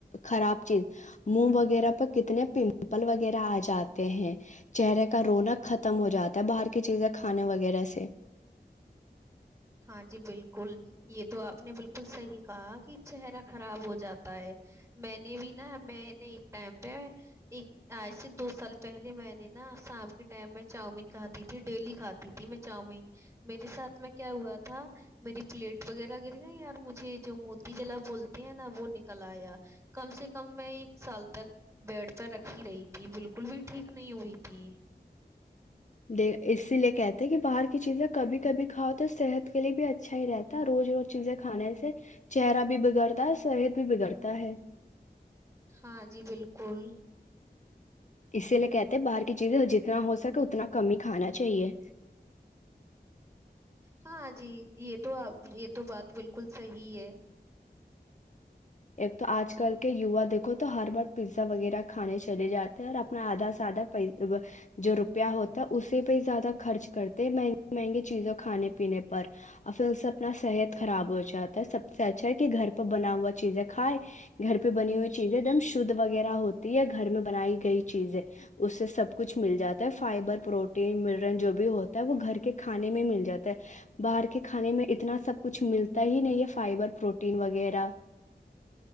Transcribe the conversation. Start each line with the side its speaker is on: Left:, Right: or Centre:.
Left: خراب چیز موہ وغیرہ پر کتنے پمپل وغیرہ آ جاتے ہیں چہرے کا روناق ختم ہو جاتا ہے باہر کی چیزیں کھانے وغیرہ سے
Right: ہاں جی بالکل یہ تو آپ نے بالکل صحیح کہا کہ چہرہ خراب ہو جاتا ہے میں نے بھی نا میں نے ایک ٹائم پہ آج سے دو سال پہلے میں نے نا شام کے ٹائم میں چاؤمین کھاتی تھی ڈیلی کھاتی تھی میں چاؤمین میرے ساتھ میں کیا ہوا تھا میری پلیٹ وغیرہ گر گئی یار مجھے جو موتی جلا بولتے ہیں نا وہ نکل آیا کم سے کم میں ایک سال تک بیڈ پی رکھی رہی تھی بالکل بھی ٹھیک نہیں ہوئی تھی
Left: د اسی لیے کہتے ہیں کہ باہر کی چیزیں کبھی کبھی کھاؤ تو صحت کے لیے بھی اچھا ہی رہتا ہے روز روز چیزیں کھانے سے چہرہ بھی بگڑتا ہے صحت بھی بگڑتا ہے
Right: ہاں جی بالکل
Left: اسی لیے کہتے ہیں باہر کی چیزیں جتنا ہو سکے اتنا کم ہی کھانا چاہیے
Right: ہاں جی یہ تو یہ تو بات بالکل صی ہے
Left: ایک تو آج کل کے یوا دیکھو تو ہر بار پیزا وغیرہ کھانے چلے جاتے ہیں اور اپنا آدھا سے آدھا پ جو روپیہ ہوتا ہے اسے پہ زیادہ خرچ کرتے ہیں مہنگی مہنگی چیزوں کھانے پینے پر اور پھر اس سے اپنا صحت خراب ہو جاتا ہے سب سے اچھا ہے کہ گھر پہ بنا ہوا چیزیں کھائے گھر پہ بنی ہوئی چیزیں ایک دم شدھ وغیرہ ہوتی ہے گھر میں بنائی گئی چیزیں اس سے سب کچھ مل جاتا ہے فائبر پروٹین ملن جو بھی ہوتا ہے وہ گھر کے کھانے میں مل جاتا ہے باہر کے کھانے میں اتنا سب کچھ ملتا ہی نہیں ہے فائبر پروٹین وغیرہ